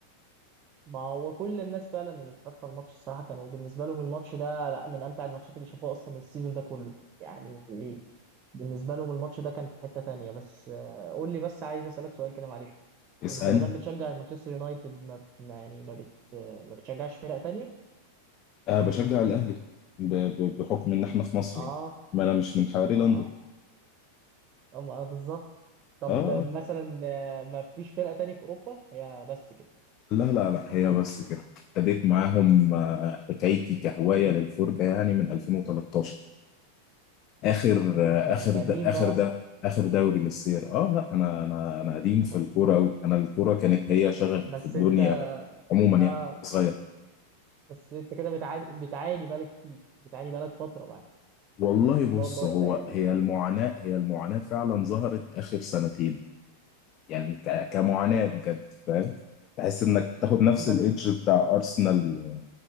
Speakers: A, on the right; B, on the left.
A: ما هو كل الناس فعلا اللي اتفرجت على الماتش الصراحه كانوا بالنسبه لهم الماتش ده لا من امتع الماتشات اللي شافوها اصلا السيزون ده كله يعني بالنسبة لهم الماتش ده كان في حتة تانية بس آه، قول لي بس عايز أسألك سؤال كده معلش
B: اسأل
A: أنت ما دام بتشجع المانشستر يونايتد ما ما- يعني ما بت ما بتشجعش فرق تانية
B: أه
A: يونايتد
B: بشجع
A: بس
B: الأهلي
A: يعني
B: ب- ب- بحكم إن إحنا في مصر
A: آه
B: يعني ما أنا مش من حواري لندن
A: آه آه آه، بالظبط طب
B: آه
A: مثلا
B: آه.
A: آه، ما فيش فرقة تانية في أوروبا هي بس كده
B: لا لا لا هي بس كده ابتديت معاهم آه، حكايتي كهواية للفرجة يعني من 2013 آخر
A: 2000
B: آه،
A: ده
B: آخر
A: أنت قديم
B: ده آخر
A: بقى
B: ده
A: أصلا
B: آخر دوري للسير آه لا أنا أنا أنا قديم
A: <laughs>
B: في الكورة أوي أنا الكورة كانت هي شغفي
A: بس
B: في الدنيا
A: أنت
B: عموما يعني
A: آه
B: صغير
A: بس أنت كده بتعاني بتعاني بقالك فيه بتعاني بقالك فترة معاه
B: والله
A: ما شاء
B: بص
A: الله
B: هو
A: أنت يعني
B: هي المعاناة هي المعاناة فعلا ظهرت آخر سنتين يعني ك- كمعاناة بجد فاهم تحس انك بتاخد نفس
A: بس
B: الايدج بتاع ارسنال و...